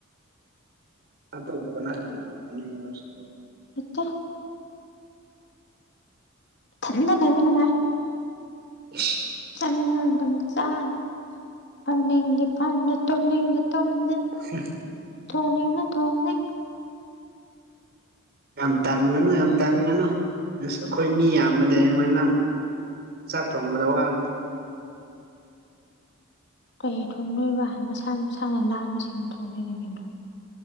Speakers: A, on the right (about 50°); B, on the left (about 55°).
A: ꯑꯇꯣꯞꯄ ꯀꯅꯥꯁꯨ ꯂꯩꯇꯕꯥ ꯅꯣꯏ ꯃꯔꯨꯞꯁꯤꯡꯗꯣ
B: ꯂꯩꯇꯦ ꯢꯊꯟꯗ ꯂꯩꯕ ꯅꯨꯉꯥꯏ
A: <unintelligible>
B: ꯆꯥꯅꯤꯡꯕ ꯃꯇꯝ ꯑꯗꯨꯝ ꯆꯥꯅꯤ ꯐꯝꯅꯤꯡꯗꯦ ꯐꯝꯅ ꯇꯨꯝꯅꯤꯡꯗ ꯇꯨꯝꯅꯦ
A: <unintelligible>
B: ꯊꯣꯡꯅꯤꯡꯅ ꯊꯣꯡꯅꯤ
A: ꯌꯥꯝ ꯇꯟꯒꯅꯨ ꯌꯥꯝ ꯇꯟꯒꯅꯨ ꯑꯁ ꯑꯩꯈꯣꯏ ꯃꯤ ꯌꯥꯝꯕꯅꯦ ꯑꯩꯉꯣꯟ ꯅꯪ ꯆꯥꯛ ꯊꯣꯡꯕꯗ ꯋꯥꯒꯅꯤ
B: ꯀꯩ ꯊꯣꯡꯅꯣꯏꯕ ꯃꯁꯥ ꯃꯁꯥꯅ ꯂꯥꯝꯕ ꯁꯦꯝꯕ ꯊꯣꯡꯅꯅꯒꯤꯅꯣ